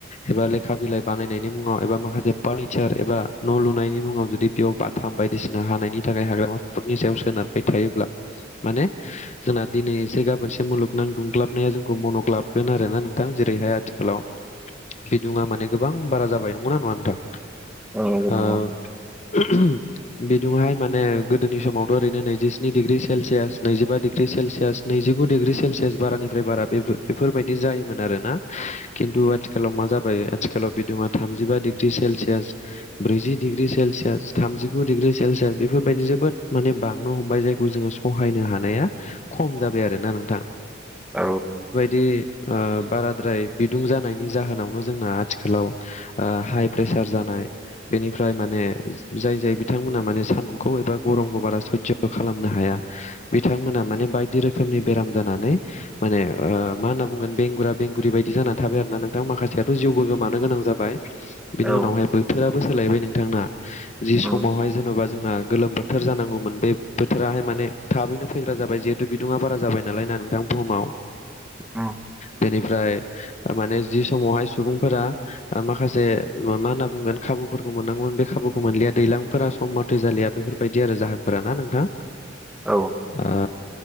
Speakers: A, on the left; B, in the centre.
A: एबा लेखा बिलाइ बानायनायनि मुङाव एबा माखासे फार्निचार एबा न' लुनायनि मुङाव जुदि बेयाव बाथाम बायदिसिना हानायनि थाखाय हाग्रामाफोरनि सायाव सो नार बाय थायोब्ला माने जोंना दिनै एसे गाबोनसे मुलुगनां दुंग्लाबनाया जोंखौ मनख ग्लाबगोन आरो ना नोंथां जेरैहाय आथिखालाव बिदुंआ माने गोबां बारा जाबाय नोंगौना नोङा नोंथां?
B: औ नंगौ
A: ओ
B: नंगौ
A: ओहोम बिदुंआ हाय माने गोदोनि समाव ओरै नैजिस्निडिग्रि सेलसियास नैजिबा डिग्रि सेलसियास नैजिगु दिग्रि सेलसियास बारानिफ्राय बारा बेफोर बेफोरबायदि जायोमोन आरोना खिन्थु आथिखालाव मा जाबाय आथिखालाव बिदुङा थामजिबा डिग्रिस सेलसियास ब्रैजि डिग्रि सेलसियास थामजिगु डिग्रि सेलसियास बेफोरबायदि जोबोद माने बां नो हमबाय जायखौ जोङो सहायनो हानाया खम जाबाय आरोना नोंथां?
B: औ
A: बे ओ बाराद्राय बिदुं जानायनि जाहोनावनो जोंना आथिखालाव ओ हाय प्रेसार जानाय बेनिफ्राय माने जाय-जाय बिथांमोना माने सान्दुंखौ एबा गरमखौ बारा सयज' खालामनो हाया बिथांमोना माने बायदि रोखोमनि बेराम जानानै माने ओ मा होनना बुंगोन बेंगुरा बेंगुरि बायदि जानानै थाबाय आरो ना नोंथां माखासेयाथ' जिउबो गोमानो गोनां जाबाय बिनि
B: औ
A: उनावहाय बोथोराबो सोलायबाय नोंथां ना जि
B: उम
A: समावहाय जेने'बा जों ओ गोलोम बोथोर जानांगौमोन बे बोथोराहाय माने थाबैनो फैग्रा जाबाय जिहेथु बिदुङा बारा जाबाय नालाय ना। नोंथां बुहुमाव।
B: औ।
A: बेनिफ्राय माने जि समावहाय सुबुंफोरा माखासे मा होनना बुंगोन खाबुफोरखौ मोननांगौमोन बे खाबुखौ मोनलिया दैलांफोरा सम मथै जालिया बेफोरबायदि आरो जाहोनफोर ना नोंथां।
B: औ
A: ओ